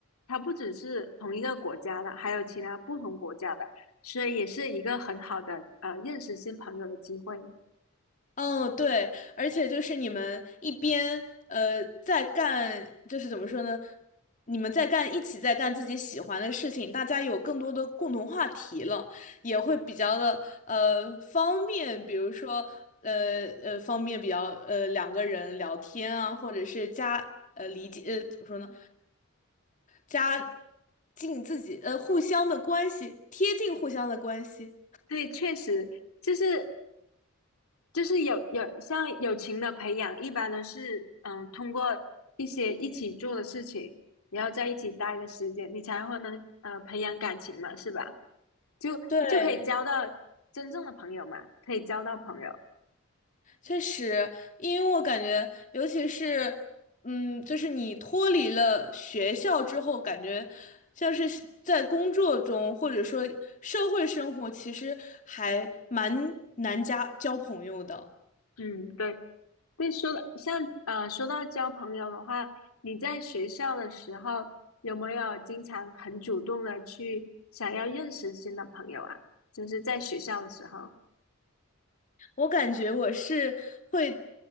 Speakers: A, on the left; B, on the left.
A: 他不只是同一个国家的，还有其他不同国家的，所以也是一个很好的呃认识新朋友的机会。
B: 嗯，对，而且就是你们一边呃在干，就是怎么说呢？你们在干，一起在干自己喜欢的事情，大家有更多的共同话题了，也会比较的呃方便，比如说呃呃方便比较呃两个人聊天啊，或者是加呃理解呃怎么说呢？加近自己呃互相的关系，贴近互相的关系，
A: 对，确实就是就是有有像友情的培养，一般都是嗯通过一些一起做的事情，然后在一起待的时间，你才会能呃培养感情嘛，是吧？就就可以交到真正的朋友嘛，
B: 对。
A: 可以交到朋友。
B: 确实，因为我感觉，尤其是，嗯，就是你脱离了学校之后，感觉像是在工作中，或者说社会生活，其实还蛮难加交朋友的。
A: 嗯，对。对，说到像呃，说到交朋友的话，你在学校的时候有没有经常很主动的去想要认识新的朋友啊？就是在学校的时候，
B: 我感觉我是会，